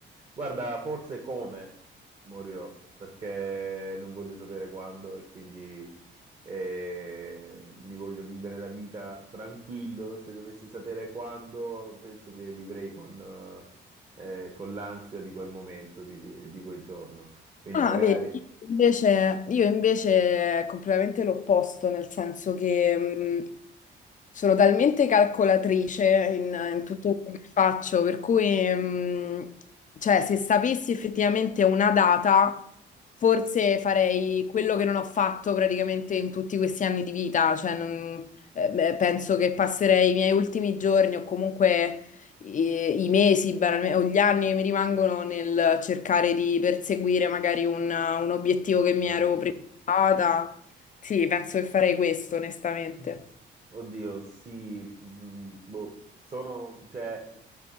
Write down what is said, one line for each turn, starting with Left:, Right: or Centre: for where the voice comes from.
Right: Guarda, forse come morirò, perché non voglio sapere quando e quindi eh, mi voglio vivere la vita tranquillo. Se dovessi sapere quando, penso che vivrei con, eh, con l'ansia di quel momento, di, que- di quel giorno. Quindi
Left: Ah,
Right: Mm. magari...
Left: vedi, invece, io invece è completamente l'opposto, nel senso che mm, Sono talmente calcolatrice in, in tutto quello che faccio, per cui, mh, cioè, se sapessi effettivamente una data, forse farei quello che non ho fatto praticamente in tutti questi anni di vita. Cioè, non- eh, beh, penso che passerei i miei ultimi giorni o comunque i, i mesi, banalme- o gli anni che mi rimangono nel cercare di perseguire magari un, un obiettivo che mi
Right: Mm.
Left: ero prefissata. Sì, penso che farei questo, onestamente.
Right: <laughs> Oddio, sì, mm, boh, sono, cioè...